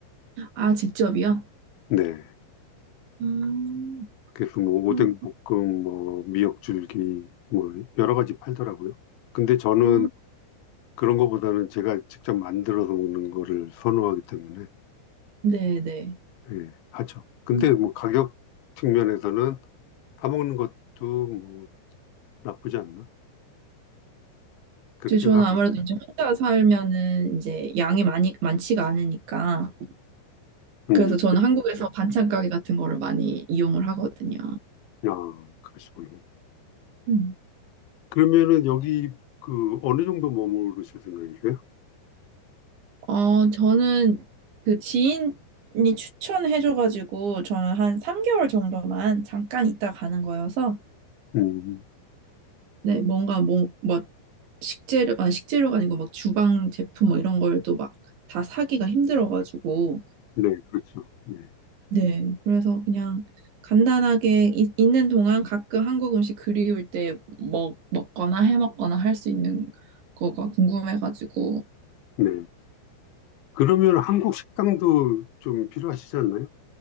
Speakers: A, on the right; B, on the left.
A: 아, 직접이요?
B: 네.
A: 음,
B: 그래서 뭐 오뎅
A: 그럼,
B: 볶음, 뭐 미역줄기, 뭐 여러 가지 팔더라고요. 근데 저는
A: 아,
B: 그런 거보다는 제가 직접 만들어서 먹는 거를 선호하기 때문에
A: 네네.
B: 예, 하죠. 근데
A: 음,
B: 뭐 가격 측면에서는 사 먹는 것도 뭐 나쁘지 않나 그렇게
A: 저- 저는
B: 생각합니다.
A: 아무래도 이제 혼자 살면은 이제 양이 많이, 많지가 않으니까.
B: 음,
A: 그래서 저는 한국에서
B: 그렇죠.
A: 반찬 가게 같은 거를 많이 이용을 하거든요.
B: 아, 그러시군요.
A: 음.
B: 그러면은 여기 그 어느 정도 머무르실 생각이세요?
A: 어, 저는 그 지인이 추천해줘가지고 저는 한 3개월 정도만 잠깐 있다 가는 거여서
B: 음,
A: 네, 뭔가 뭐, 막 식재료, 아니 식재료가 아니고 막 주방 제품 뭐 이런 걸 또 막 다 사기가 힘들어가지고
B: 네, 그렇죠. 예,
A: 네, 그래서 그냥 간단하게 이- 있는 동안 가끔 한국 음식 그리울 때 먹, 먹거나 해 먹거나 할 수 있는 거가 궁금해가지고
B: 네. 그러면 한국 식당도 좀 필요하시지 않나요?